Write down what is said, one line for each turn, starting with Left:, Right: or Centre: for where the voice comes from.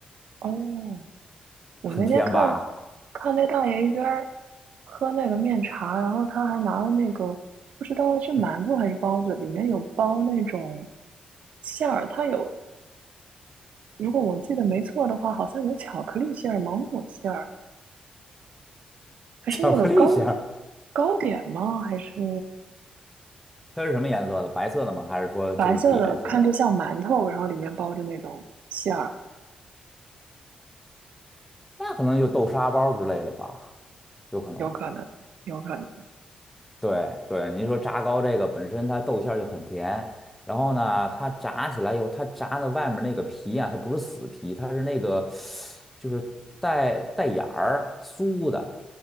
Right: 哦，我那天看
Centre: 很甜吧？
Right: 看那大爷一边儿喝那个面茶，然后他还拿了那个不知道是馒头还是包子，
Centre: 嗯，
Right: 里面有包那种馅儿，它有，如果我记得没错的话，好像有巧克力馅儿、芒果馅儿，
Centre: <laughs>
Right: 还是那个糕
Centre: 巧克力馅儿，
Right: 糕点吗？还是
Centre: 它是什么颜色的？白色的吗？还是说就是点心类？
Right: 白色的，看着像馒头，然后里面包着那种馅儿，
Centre: 那可能就豆沙包之类的吧，有可能吧。
Right: 有可能，有可能，
Centre: 对对，您说炸糕这个本身它豆馅儿就很甜，然后呢，它炸起来以后，它炸的外面那个皮啊，它不是死皮，它是那个就是带带眼儿酥的。